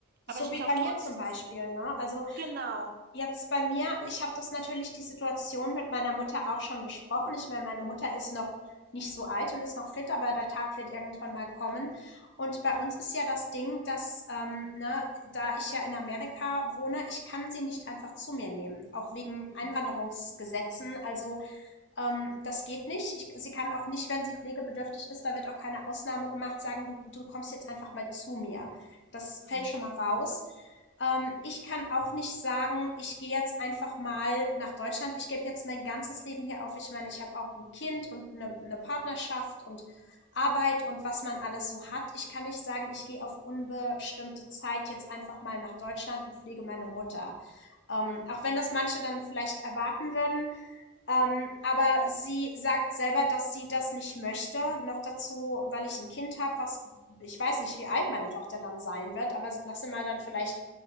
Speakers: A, on the right; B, on the left.
A: aber
B: so
A: ich
B: wie
A: glaube
B: bei mir
A: trotz,
B: zum Beispiel, ne? Also
A: genau.
B: Jetzt bei mir ich habe das natürlich die Situation mit meiner Mutter auch schon besprochen. Ich meine, meine Mutter ist noch nicht so alt und ist noch fit, aber der Tag wird irgendwann mal kommen. Und bei uns ist ja das Ding, dass, ähm, ne, da ich ja in Amerika wohne, ich kann sie nicht einfach zu mir nehmen, auch wegen
A: Mhm.
B: Einwanderungsgesetzen. Also ähm, das geht nicht. Ich, sie kann auch nicht, wenn sie pflegebedürftig ist, da wird auch keine Ausnahme gemacht, sagen, du, du kommst jetzt einfach mal zu mir. Das
A: Mhm.
B: fällt schon mal raus. Ähm, ich kann auch nicht sagen, ich gehe jetzt einfach mal nach Deutschland, ich gebe jetzt mein ganzes Leben hier auf. Ich meine, ich habe auch ein Kind und eine, eine Partnerschaft und Arbeit und was man alles so hat. Ich kann nicht sagen, ich gehe auf unbestimmte Zeit jetzt einfach mal nach Deutschland und pflege meine Mutter. Ähm, auch wenn das manche dann vielleicht erwarten würden, ähm, aber sie sagt selber, dass sie das nicht möchte. Noch dazu, weil ich ein Kind habe, was ich weiß nicht, wie alt meine Tochter dann sein wird, aber lasse mal dann vielleicht,